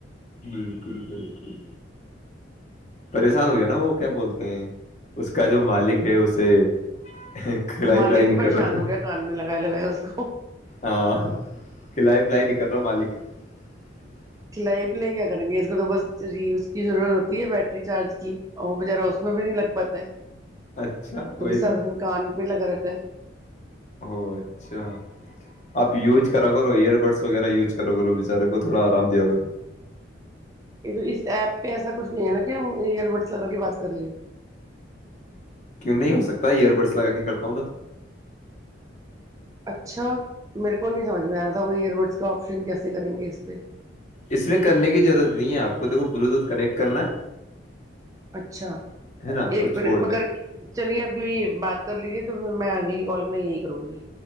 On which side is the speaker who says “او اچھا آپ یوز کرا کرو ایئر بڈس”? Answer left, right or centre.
Left